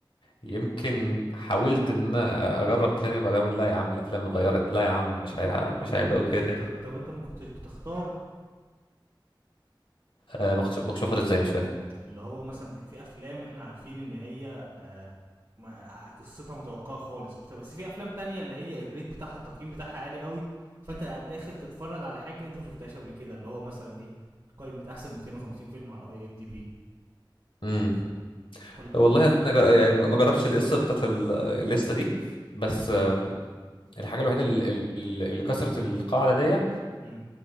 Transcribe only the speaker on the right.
طب
ما
كنتش
بت... طب انت ما كنتش بتختار
اللي هو مثلا ما هي في افلام احنا عارفين ان هي آه، ما- آه، قصتها متوقعه خالص بت- بس في افلام تانية اللي هي الريت بتاعها التقييم بتاعها عالي قوي فانت داخل تتفرج على حاجه انت ما شفتهاش قبل كده اللي هو مثلا ايه قائمه احسن 250 فيلم على اي ام دي بي
قول
امم